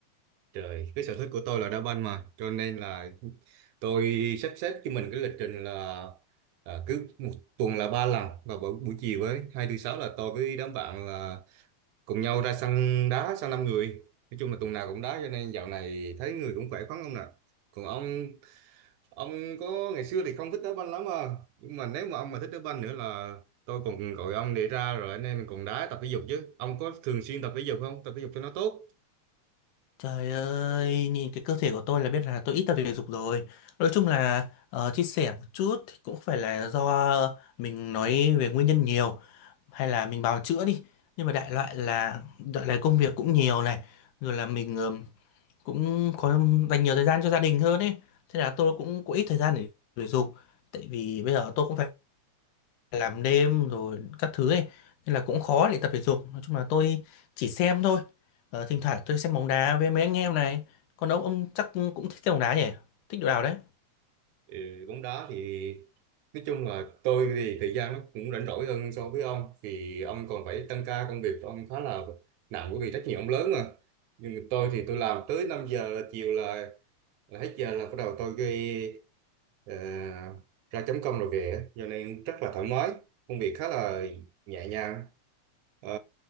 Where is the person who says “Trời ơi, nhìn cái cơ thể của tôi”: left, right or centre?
Left